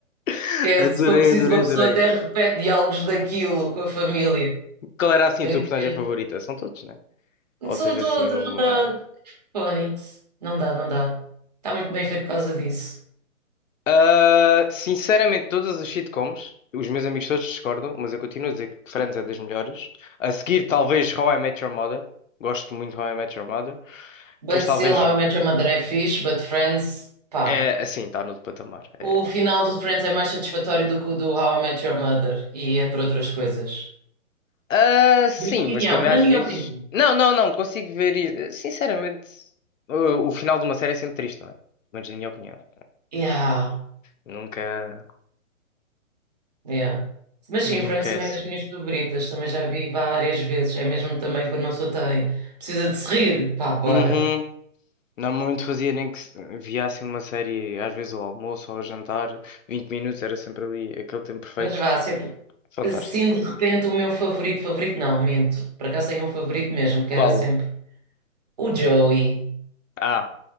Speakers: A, on the left (about 65°); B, on the right (about 30°).
A: <laughs>
B: Esquece.
A: Adorei,
B: Se for preciso,
A: adorei,
B: uma pessoa
A: adorei.
B: até repete diálogos daquilo com a família.
A: Qual era assim
B: É
A: a tua personagem
B: mesmo-
A: favorita? São todos, né? Ou
B: São
A: tens
B: todos,
A: assim uma.
B: não dá. Phonics. Não dá, não dá. Está muito bem feito por causa disso.
A: Ah, sinceramente, todas as sitcoms, os meus amigos todos discordam, mas eu continuo a dizer que Friends é das melhores. A seguir, talvez How I Met Your Mother. Gosto muito de How I Met Your Mother.
B: But
A: Depois, talvez.
B: still, How I Met Your Mother é fixe, but Friends, pá.
A: É assim, está no outro patamar. É...
B: O final do Friends é mais satisfatório do que o do How I Met Your Mother, e entre outras coisas.
A: Ah, sim,
B: Na minha opinião,
A: mas também
B: na
A: às
B: minha
A: vezes.
B: opinião.
A: Não, não, não, consigo ver. i- Sinceramente, o, o final de uma série é sempre triste, não é? Mas na minha opinião.
B: Yeah,
A: Nunca,
B: yeah. Mas
A: nunca
B: sim, Friends também
A: é assim.
B: é das minhas favoritas, também já vi várias vezes. É mesmo também quando uma pessoa tem, precisa de se rir, pá, bora.
A: Uhum. Normalmente fazia nem que se- via assim uma série, às vezes ao almoço ou ao jantar, 20 minutos, era sempre ali aquele tempo perfeito.
B: Mas vá, sempre.
A: Fantástico.
B: eu- assim de repente o meu favorito, favorito não, minto. Por acaso tenho um favorito mesmo, que
A: Qual?
B: era sempre o Joey.
A: Ah,